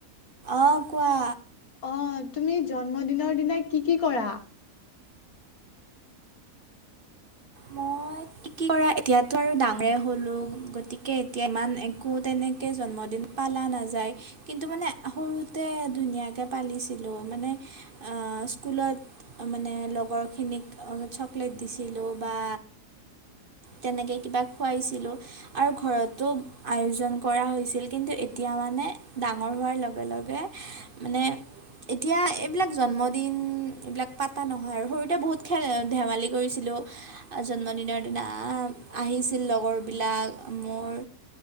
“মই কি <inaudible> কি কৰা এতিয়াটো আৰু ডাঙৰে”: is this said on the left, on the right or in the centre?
Right